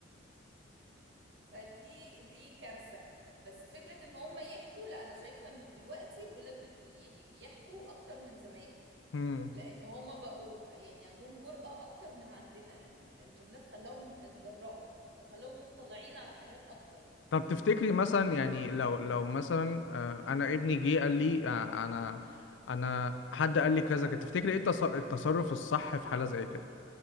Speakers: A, on the right; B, on the left.
A: فدي دي كارثة بس فكرة ان هم يحكوا لا انا شايفة ان دلوقتي الولاد بت يعني بيحكوا اكتر من زمان
B: مم.
A: لان
B: <laughs>
A: هم بقوا يعني عندهم جرأة اكتر من عندنا يعني الانترنت خلاهم اتجرأوا وخلاهم مطلعين على حاجات اكتر
B: طب تفتكري مثلا يعني لو لو مثلا آه، انا ابني جه قال لي آه، انا انا حد قال لي كذا كده تفتكري ايه التص- التصرف الصح في حالة زي كده